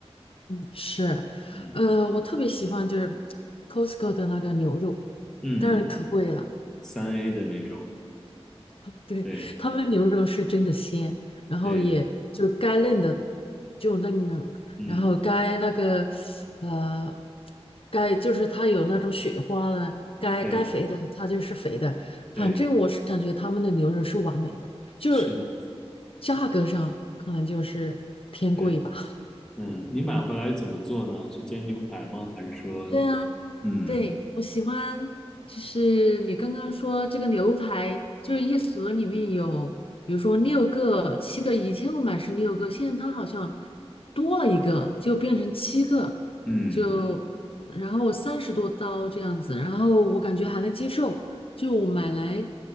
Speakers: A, on the left; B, in the centre.
A: 是，
B: 嗯
A: 呃，我特别喜欢就是 Costco 的那个牛肉，
B: 嗯嗯嗯，
A: 当然可贵了。
B: 三 A 的那种，
A: 对，
B: 对
A: 他们牛肉是真的鲜，然后也就是该嫩的
B: 对，
A: 就嫩啊，
B: 嗯
A: 然后该那个呃，该就是它有那种雪花的，该该肥的它就是肥的，
B: 对对，
A: 反正我是感觉他们的牛肉是完美的，就是
B: 是的，
A: 价格上可能就是偏贵吧。
B: 对，嗯，你买回来怎么做呢？是煎牛排吗？还是说，
A: <laughs> 对呀。
B: 嗯
A: 对，我喜欢，就是你刚刚说这个牛排，就是一盒里面有，比如说六个、七个，以前我买是六个，现在它好像多了一个，就变成七个，嗯
B: 嗯
A: 就然后三十多刀这样子，然后我感觉还能接受，就我买来